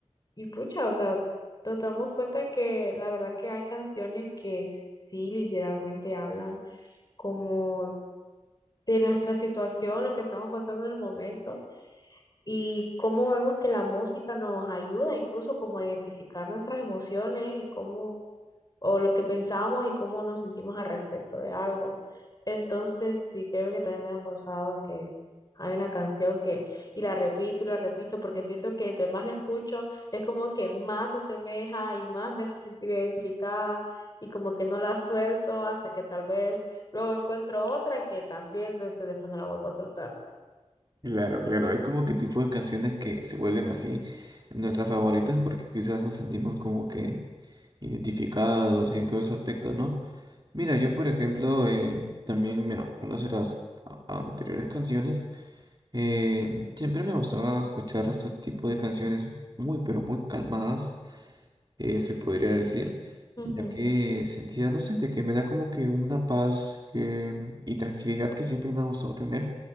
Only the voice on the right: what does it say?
Claro, claro, hay como que tipos de canciones que se vuelven así nuestras favoritas porque quizás nos sentimos como que identificados y en todo ese aspecto, ¿no? Mira, yo por ejemplo, eh, también, bueno, unas de las a- anteriores canciones, eh, siempre me gustaba escuchar estos tipos de canciones muy, pero muy calmadas, eh, se podría decir,
ya que sentía, no sé, de que me da como que una paz que- y tranquilidad que siempre me ha gustado tener.